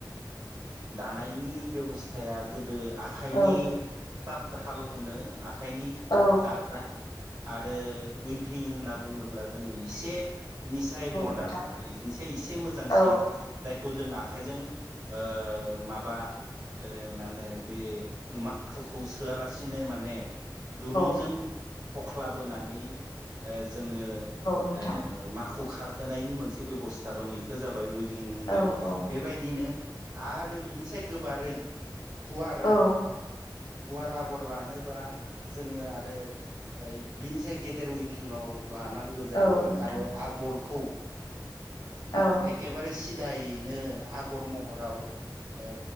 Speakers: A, on the right (about 55°); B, on the left (about 65°).
A: दानायनि बेब'स्थाया गोदो आखाइनि
B: औ
A: तात हाल होनो आखाइनि
B: औ
A: दाग्रा आरो उइभिं होनना बुङोब्ला जोङो एसे इनिसाय मदार्न
B: नोंथां
A: आरो इनिसाय एसे मोजांसिन
B: औ
A: जायखौ जों आ आखाइजों ओ माबा मा होनो बे माथुखौ सोआलासिनो माने दुरुंजों
B: औ औ
A: हख्लाबोनानै ओ जोङो
B: नोंथां
A: ओ माखु खारहोनायनि मोनसे बेबस्था दं बेखौ जाबाय उइ भिं होनो
B: औ औ
A: बेबायदिनो आरो बेनोसै गोबारै गुवार
B: औ
A: गुवार आगर लानोबा जोङो आरो बिनिस गेदेर उइभिंआव लानांगौ जायो
B: औ नोंथां
A: आरो आगरखौ
B: औ
A: एखेबारे सिदायैनो आगर महराव ओ